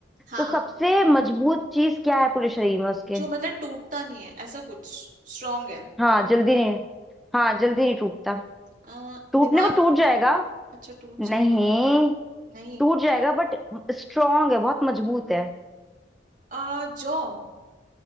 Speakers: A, on the right; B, in the centre.
A: हाँ
B: तो सबसे मजबूत चीज क्या है पूरे शरीर में उसके
A: जो मतलब टूटता नहीं है ऐसा कुछ स्ट्रांग है
B: हाँ जल्दी नहीं हाँ जल्दी नहीं टूटता
A: अ,
B: टूटने
A: दिमाग
B: को टूट जाएगा
A: अच्छा टूट जाएगा
B: नहीं
A: नहीं
B: टूट जाएगा बट स्ट्रांग है बहुत मजबूत है
A: अ जॉ